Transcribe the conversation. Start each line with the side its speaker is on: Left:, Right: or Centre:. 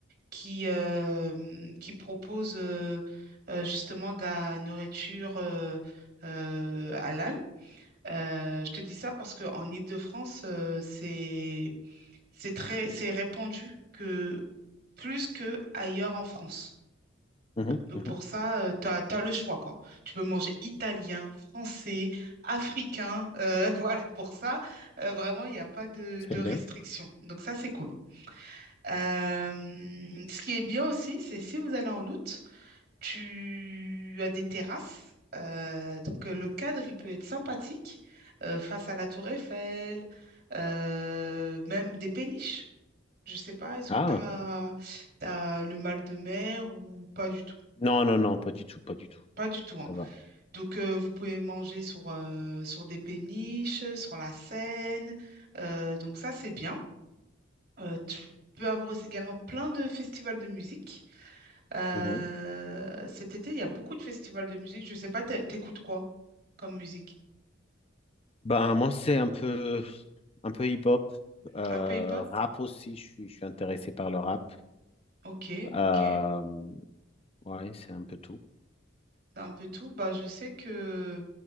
Right: qui, euh, qui proposent euh, euh, justement de la nourriture euh, euh, halal. Euh, je te dis ça parce qu'en Île-de-France, euh, c'est, c'est très, c'est répandu que plus que ailleurs en France.
Left: Mhm.
Right: Donc
Left: Mhm.
Right: pour ça, tu as, le choix, quoi. Tu peux manger italien, français, africain. euh, <laughs> voilà, pour ça, euh, vraiment, il n'y a pas de,
Left: Très
Right: de restrictions.
Left: bien.
Right: Donc ça, c'est cool. Euh, ce qui est bien aussi, c'est si vous allez en août, tu as des terrasses. Euh, donc euh, le cadre, il peut être sympathique euh, face à la tour Eiffel, euh, même des péniches. Je sais pas, est-ce
Left: Ah,
Right: que tu as, le mal de mer ou pas du tout?
Left: non, non, non, pas du tout, pas du tout.
Right: Pas du tout,
Left: Ça
Right: hein.
Left: va.
Right: Donc, euh, vous pouvez manger sur, euh, sur des péniches, sur la Seine. Euh, donc, ça, c'est bien. Euh, tu peux avoir aussi également plein de festivals de musique. Euh,
Left: Mhm.
Right: cet été, il y a beaucoup de festivals de musique. Je ne sais pas, t'é- t'écoutes quoi comme musique?
Left: Ben, moi, c'est un peu, un peu hip-hop, euh,
Right: Un peu hip-hop?
Left: rap aussi. Je suis, je suis intéressé par le rap.
Right: Ok, ok.
Left: Euh, ouais, c'est un peu tout.
Right: C'est un peu tout. Bah, je sais que